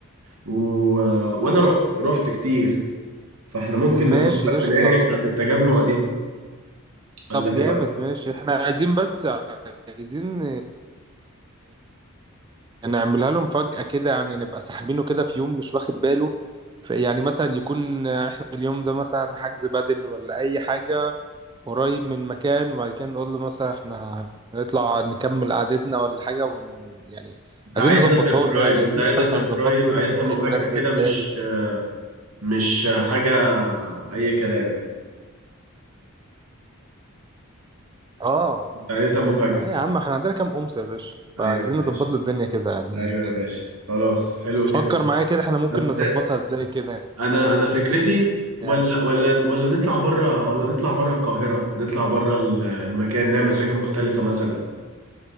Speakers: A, on the right; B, on the right.
A: و وانا رحت رحت كتير فاحنا ممكن
B: ماشي
A: نفكر
B: قشطة
A: في الاريا بتاعت التجمع دي ولا
B: طب
A: ايه
B: جامد
A: رايك
B: ماشي احنا عايزين بس عايزين نعملها لهم فجأة كده يعني نبقى ساحبينه كده في يوم مش واخد باله ف- يعني مثلا يكون احنا في اليوم ده مثلا حجز بدل ولا اي حاجة قريب من مكان وبعد كده نقول له مثلا احنا هنطلع نكمل قعدتنا ولا حاجة ون... يعني
A: انت
B: عايزين
A: عايزها
B: نظبطها
A: سيربرايز
B: له يعني عايزين
A: انت عايزها
B: نشوف احنا
A: سيربرايز
B: هنظبط له
A: عايزها
B: العيد
A: مفاجاه
B: ميلاد
A: كده
B: ده ازاي
A: مش آه، مش حاجة أي كلام
B: اه
A: أنت عايزها مفاجأة
B: اه يا عم احنا عندنا كام أمس يا باشا
A: أيوة
B: فعايزين
A: يا باشا
B: نظبط له الدنيا كده يعني
A: أيوة يا باشا خلاص حلو الكلام
B: فكر معايا كده احنا ممكن
A: بس
B: نظبطها ازاي كده
A: أنا أنا فكرتي ولا
B: يعني
A: ولا ولا نطلع بره ولا نطلع بره القاهرة نطلع بره المكان نعمل حاجة مختلفة مثلا